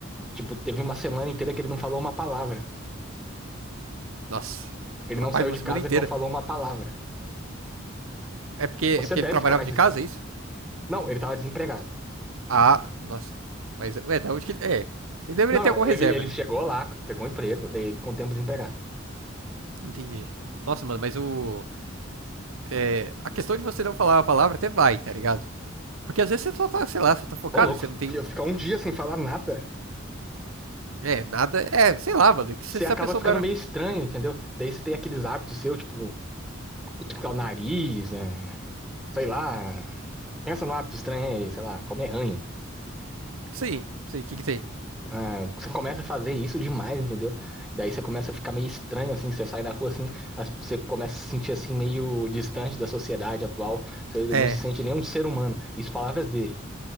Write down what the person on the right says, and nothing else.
Nossa.
Rapaz,
uma
semana
inteira.
É porque,
é porque
ele trabalhava
de
casa, é isso?
Ah, nossa. Mas, ué, da onde que ele. É. Ele deveria
ter
alguma
reserva,
né?
Entendi. Nossa, mano, mas o. é, a questão de você não falar a palavra até vai, tá ligado? Porque às vezes você só tá, sei lá, só tá focado
e você não tem
É, nada. É, sei lá, mano. que
Se se
a pessoa
souber.
Sim, sei, o que que tem?
É,